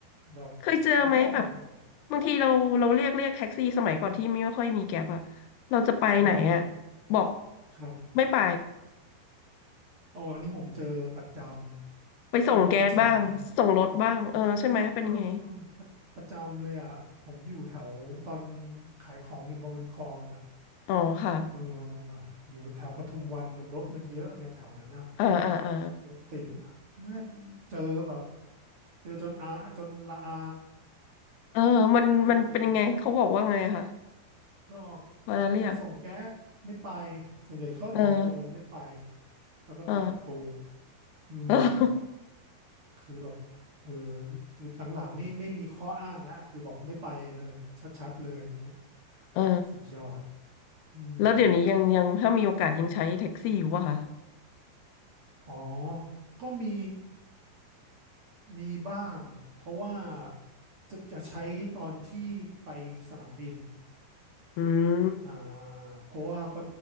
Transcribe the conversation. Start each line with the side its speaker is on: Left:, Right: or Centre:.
Right: แบบแล้วก็ออกมา
Left: เคยเจอไหมแบบบางทีเราเราเรียกเรียกแท็กซี่สมัยก่อนที่ไม่ค่อยมีแก๊ปอะเราจะไปไหนอะ
Right: อืม
Left: บอก
Right: ครับ
Left: ไม่ไป
Right: โอ้อันนี้ผมเจอประจำช่วงสมัย
Left: ไปส่งแก๊สบ้างส่งรถบ้างเออใช่ไหมเป็นยังไง
Right: เออประประจำเลยอ่ะผมอยู่แถวตอนขายของอยู่มาบุญครองอ่ะ
Left: อ๋อค่ะ
Right: เอออยู่แถวปทุมวันมันรถมันเยอะไงแถวนั้นนะ
Left: เออเออเออ
Right: รถติดไม่เจอแบบเจอจนอาจนละอา
Left: เออมันมันเป็นยังไงเขาบอกว่าไงคะ
Right: ไอ้ไอ้ก็
Left: เวลาเรียก
Right: ไปส่งแก๊สไม่ไปส่วนใหญ่เขาบอกตรงๆเลยไม่ไป
Left: เออ
Right: แล้วก็ปิดประตู
Left: เออ
Right: อืม
Left: เออ
Right: คือแบบเออคือหลังๆนี่ไม่มีข้ออ้างแล้วคือบอกไม่ไปเลยชัดๆเลยอย่างเงี้ย
Left: เออ
Right: สุดยอดอืม
Left: แล้วเดี๋ยวนี้ยังยังถ้ามีโอกาสยังใช้แท็กซี่อยู่ป่ะคะ
Right: อ๋อ ก็มีมีบ้างเพราะว่าจะจะใช้ตอนที่ไปสนามบิน
Left: อืม
Right: อ่าเพราะว่าก็